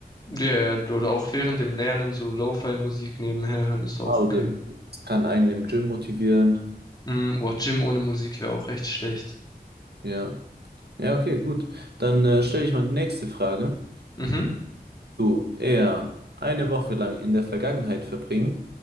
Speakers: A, on the left; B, on the right.
A: Ja, ja, ja. oder auch während dem Lernen so Lo-Fi-Musik nebenher hören ist auch
B: Ah, Oder
A: okay.
B: es kann einen im Gym motivieren.
A: Mm, boah, Gym ohne Musik wäre auch echt schlecht.
B: Ja. Ja, okay, gut. Dann äh, stelle ich mal die nächste Frage.
A: Mhm.
B: Du eher eine Woche lang in der Vergangenheit verbringen